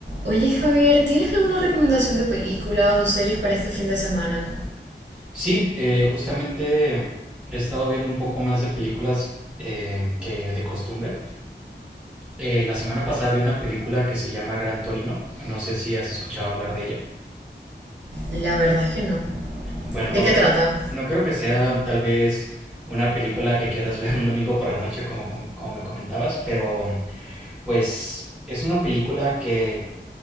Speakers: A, on the right (about 70°); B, in the centre.
A: Oye Javier, ¿tienes alguna recomendación de película o series para este fin de semana?
B: Sí, eh, justamente he estado viendo un poco más de películas eh, que de costumbre. Eh, la semana pasada vi una película que se llama Gran Torino. No sé si has escuchado hablar de ella.
A: La verdad es que no.
B: Bueno, no
A: ¿De qué
B: creo,
A: trata?
B: no creo que sea tal vez una película que quieras ver un domingo por la noche, como, como, como me comentabas, pero pues es una película que